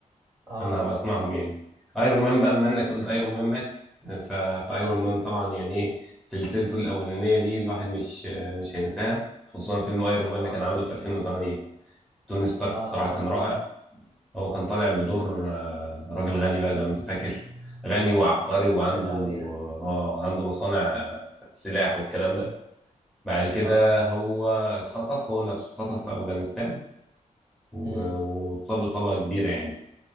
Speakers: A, on the right; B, in the centre.
A: اه
B: فانا هبقى
A: اه
B: اسمعهم يعني ايرون مان بقى بما انك قلت ايرون مان مات ف... فايرون
A: اه
B: مان طبعا يعني ايه سلسلته الاولانيه دي الواحد مش آه، مش هينساها خصوصا فيلم ايرون مان
A: اه
B: اللي كان عامله في 2008 توني ستارك
A: اه
B: بصراحه كان
A: اه
B: رائع هو كان طالع بدور
A: مم.
B: آه، راجل غني بقى لو انت فاكر غني وعبقري وعنده
A: فاكر قوي يعني
B: اه عنده مصانع
A: مم.
B: آه، سلاح والكلام ده بعد كده
A: اه
B: هو اتخطف هو نفسه اتخطف في أفغانستان و-
A: مم.
B: واتصاب إصابة كبيرة يعني